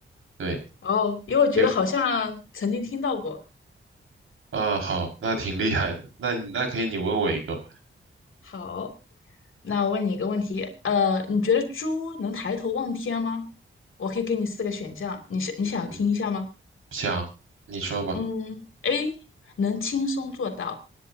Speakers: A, on the right; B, on the left.
A: 对，
B: 哦，因为我觉得好像曾经听到过。
A: 有呃好，那挺厉害的。那你那可以你问我一个。
B: 好，那我问你一个问题，呃，你觉得猪能抬头望天吗？我可以给你四个选项，你想你想要听一下吗？
A: 嗯。想，你说吧。
B: 嗯，A 能轻松做到